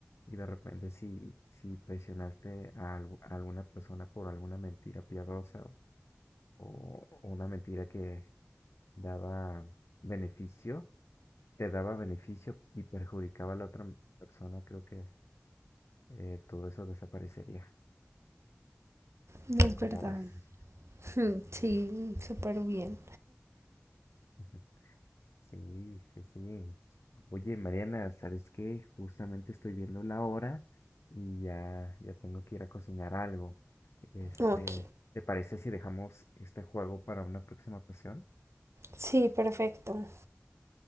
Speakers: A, on the left; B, on the right.
A: y de repente si, si presionaste a, algu- a alguna persona por alguna mentira piadosa o, o una mentira que daba beneficio, te daba beneficio y perjudicaba a la otra persona, creo que eh, todo eso desaparecería,
B: No es
A: como
B: verdad.
A: ves.
B: <laughs> Sí, súper bien.
A: <laughs> Sí, sí, sí. Oye, Mariana, ¿sabes qué? Justamente estoy viendo la hora y ya, ya tengo que ir a cocinar algo. Este,
B: Ok.
A: ¿te parece si dejamos este juego para una próxima ocasión?
B: Sí, perfecto.